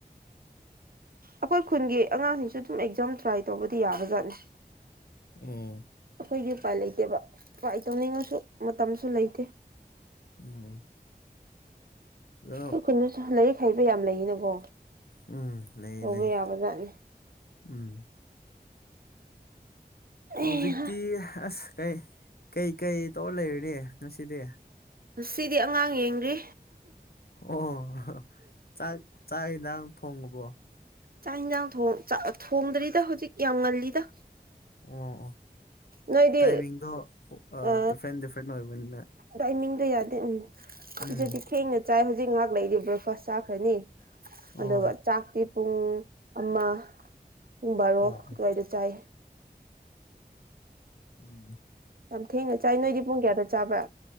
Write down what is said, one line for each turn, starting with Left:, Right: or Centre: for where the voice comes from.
Right: ꯑꯩꯈꯣꯏ ꯈꯨꯟꯒꯤ ꯑꯉꯥꯡꯁꯤꯡꯁꯨ ꯑꯗꯨꯝ ꯑꯦꯛꯖꯥꯝ ꯇ꯭ꯔꯥꯏ ꯇꯧꯕꯗꯤ ꯌꯥꯕꯖꯥꯠꯅꯤ
Left: ꯎꯝ
Right: ꯑꯩꯈꯣꯏꯗꯤ ꯎꯄꯥꯏ ꯂꯩꯇꯦꯕ ꯎꯄꯥꯏ ꯇꯧꯅꯤꯡꯉꯁꯨ ꯃꯇꯝꯁꯨ ꯂꯩꯇꯦ
Left: ꯎꯝ ꯑꯗꯣ
Right: ꯑꯩꯈꯣꯏ ꯈꯨꯁꯨ ꯂꯥꯏꯔꯤꯛ ꯍꯩꯕ ꯌꯥꯝ ꯂꯩꯌꯦꯅꯀꯣ
Left: ꯎꯝ ꯂꯩ
Right: ꯇꯧꯕ
Left: ꯂꯩ ꯂꯩ
Right: ꯌꯥꯕꯖꯥꯠꯅꯤ
Left: ꯎꯝ ꯍꯧꯖꯤꯛꯇꯛꯇꯤ
Right: ꯑꯩꯍꯥ
Left: ꯑꯁ ꯀꯥꯏ ꯀꯩ ꯀꯩ ꯇꯧꯔ ꯂꯩꯔꯔꯤꯦ ꯉꯁꯤꯗꯤ
Right: ꯁꯤꯗꯤ ꯑꯉꯥꯡ ꯌꯦꯡꯗ꯭ꯔꯤ
Left: ꯑꯣ ꯆꯥꯛ ꯆꯥꯛ ꯍꯤꯗꯥꯛ ꯊꯣꯡꯉꯨꯕꯣ
Right: ꯆꯥꯛ ꯌꯦꯟꯁꯥꯡ ꯊꯥꯛ ꯊꯣꯡꯗ꯭ꯔꯤꯗ ꯍꯧꯖꯤꯛ ꯌꯥꯝ ꯉꯜꯂꯤꯗ
Left: ꯑꯣ ꯑꯣ
Right: ꯅꯣꯏꯗꯤ
Left: ꯇꯥꯏꯃꯤꯡꯗꯣ
Right: ꯑ
Left: ꯗꯤꯐ꯭ꯔꯦꯟ ꯗꯤꯐ꯭ꯔꯦꯟ ꯑꯣꯏꯕꯅꯤꯅ
Right: ꯇꯥꯏꯃꯤꯡꯗꯣ ꯌꯥꯗꯦ ꯎꯝ
Left: ꯎꯝ
Right: ꯑꯗꯨꯗꯗꯤ ꯊꯦꯡꯅ ꯆꯥꯏ ꯍꯧꯖꯤꯛ ꯉꯥꯏꯍꯥꯛ ꯂꯩꯗꯤ ꯕ꯭ꯔꯦꯛꯐꯥꯁ ꯆꯥꯈ꯭ꯔꯅꯤ ꯑꯗꯨꯒ
Left: ꯑꯣ
Right: ꯆꯥꯛꯇꯤ ꯄꯨꯡ ꯑꯃ ꯄꯨꯡ ꯕꯥꯔꯣ
Left: ꯑꯣ
Right: ꯑꯗꯨꯋꯥꯏꯗ ꯆꯥꯏ
Left: ꯑꯣꯝ
Right: ꯌꯥꯝꯊꯦꯡꯅ ꯆꯥꯏ ꯅꯣꯏꯗꯤ ꯄꯨꯡ ꯀꯌꯥꯗ ꯆꯥꯕ꯭ꯔꯥ